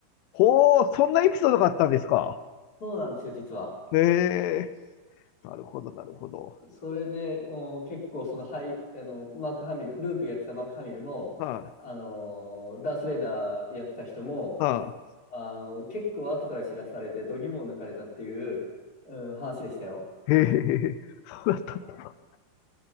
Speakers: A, on the left (about 85°); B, on the left (about 20°).
A: ほう、そんなエピソードがあったんですか。
B: そうなんですよ、実は。
A: へえ、なるほど、なるほど。
B: それで、お結構その、はい、あの、マーク・ハミル、ルークやってたマーク・ハミルも、
A: は
B: あのーダース・レイダーやってた人も、
A: い、は
B: あの結構後から知らされて、度肝を抜かれたっていう、うん、話でしたよ。
A: い。へえ、そうだったんだ。